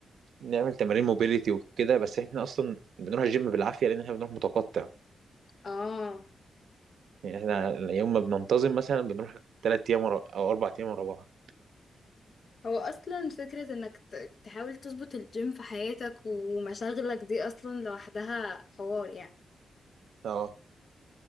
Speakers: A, on the right; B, on the left.
A: نعمل تمارين موبيليتي وكده بس احنا اصلا بنروح الجيم بالعافيه لان احنا بنروح متقطع
B: اه
A: يعني احنا يوم ما بننتظم مثلا بنروح ثلاث ايام ورا... او اربع ايام ورا بعض
B: هو اصلا فكره انك ت- تحاول تظبط الجيم في حياتك ومشاغلك دي اصلا لوحدها حوار يعني
A: اه